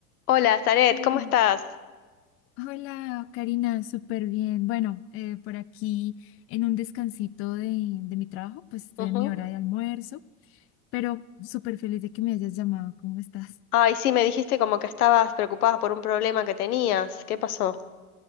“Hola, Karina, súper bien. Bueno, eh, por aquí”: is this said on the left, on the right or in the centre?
Left